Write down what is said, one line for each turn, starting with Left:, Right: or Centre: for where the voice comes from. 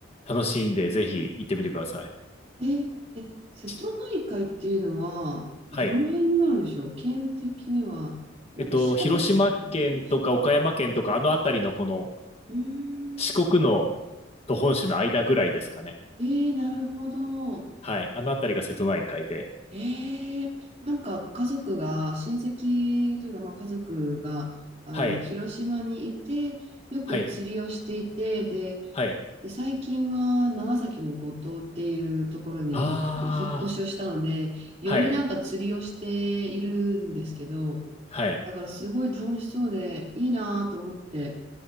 Left: い。楽しいんで、ぜひ行ってみてください。
Right: えーえ、瀬戸内海っていうのは、
Left: ちはい。
Right: どの辺になるんでしょう県的には、なんか四国のあたり、
Left: えっと、広島県とか岡山県とか、
Right: 広島。う
Left: あの辺りのこの
Right: ーん。
Left: 四国のと本州の間ぐらいですかね。
Right: えー、なるほど。
Left: はい。あの辺りが瀬戸内海で。
Right: えー、なんか家族が、親戚というか、まあ、家族が、あの、
Left: はい。
Right: 広島にいて、よく釣りをしていて、
Left: はい。
Right: で、
Left: はい。
Right: で、最近は長崎の五島っていうところにひ引っ越しをしたので、
Left: あ
Right: よりなんか釣りをしているんですけど、
Left: あ、はい。はい。
Right: だからすごい楽しそうでいいなと思って